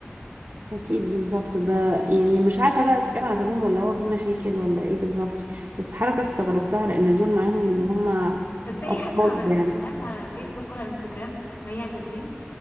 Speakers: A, on the right; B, on the left.
A: اكيد بالظبط ب... يعني مش عارفه بقى اذا كان عزلوهم ولا هو في مشاكل ولا ايه بالظبط بس حركه استغربتها لان دول معاهم من وهم
B: تصدقي
A: اطفال
B: حتى ما بركتلهاش
A: يعني
B: على الفيسبوك ولا انستجرام مي عز الدين